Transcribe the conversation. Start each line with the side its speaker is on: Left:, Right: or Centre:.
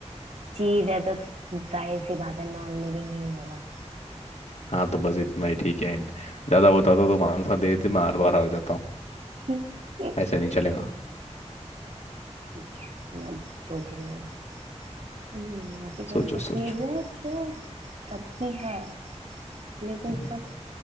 Right: चीज है तो जाहिर सी बात है नॉन लिविंग ही होगा
Left: हाँ तो बस इतना ही ठीक है एंड ज्यादा बताता तो मैं आंसर दे देती मैं हर बार हार जाता हूँ
Right: <laughs>
Left: ऐसे नहीं चलेगा
Right: ठीक है मैं सोच रही हूँ हम्म, ऐसी
Left: सोचो
Right: कौन सी
Left: सोचो
Right: चीज है जो सबकी है लेकिन
Left: हम्म,
Right: सब